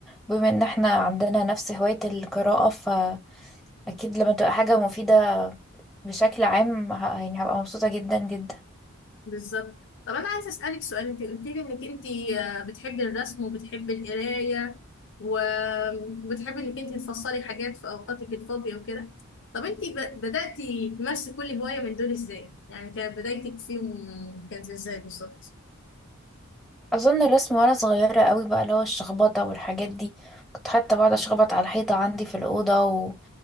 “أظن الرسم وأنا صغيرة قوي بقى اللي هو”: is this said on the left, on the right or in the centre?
Centre